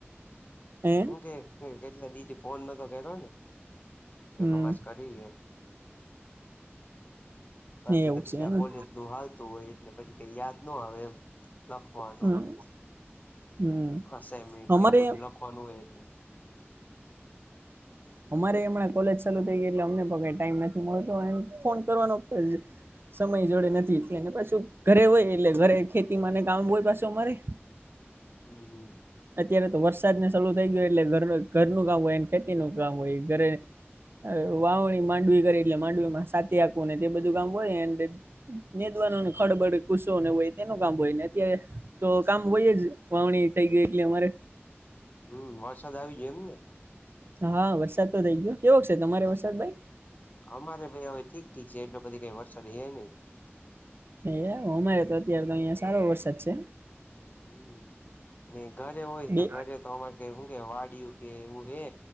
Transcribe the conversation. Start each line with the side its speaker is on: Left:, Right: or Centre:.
Right: હે
Left: હું કે હું કેટલા દીથી ફોન નહતો કર્યો ને જો
Right: હમ
Left: કમ આજ કરીએ બાકી
Right: એવું
Left: તો પછી
Right: છે એમ
Left: આ કોલેજ
Right: ને?
Left: નું હાલતું હોય એટલે પછી કઈ યાદ નો આવે એમ લખવાનું
Right: હમ
Left: ને પછી
Right: હમ
Left: અસાયમેન્ટ
Right: અમારે
Left: એવું બધું લખવાનું હોય એટલે
Right: અમારેય હમણાં કોલેજ ચાલુ થઈ ગઈ એટલે અમને પ ટાઈમ નથી મળતો અને ફોન કરવાનો સમય જોડે નથી એટલેને પાછું ઘરે હોય એટલે ઘરે ખેતી માં ને કામ હોય પાછો અમારે.
Left: હમ્મ, હમ્મ.
Right: અત્યારે તો વરસાદને ચાલુ થઈ ગયો એટલે ઘર ઘરનું કામ હોય ને ખેતીનું કામ હોય ઘરે હ વાવણી માંડવી કરી એટલે માંડવીમાં સાતી આપવું ને તે બધું કામ હોય ન એ નેદવાનો ને ખડબડ ખુશો ને હોય તેનું કામ હોય ને ત્યા તો કામ હોય જ. વાવણી થઈ ગઈ એટલે અમારે
Left: હમ્મ, વરસાદ આવી ગયો એમ ને
Right: હા વરસાદ તો થઇ ગયો, કેવોક છે તમારે વરસાદ ભાઈ?
Left: અમારે ભાઈ હવે ઠીક ઠીક છે, એટલો બધે કઈ વરસાદ હે નઇ.
Right: એ અમારે તો અત્યારે તો અયા સારો વરસાદ છે.
Left: હમ્મ, ની ઘરે હોય
Right: બે
Left: તો ઘરે તો અમારે કઇ હું કે વાડીયું કે એવું હે.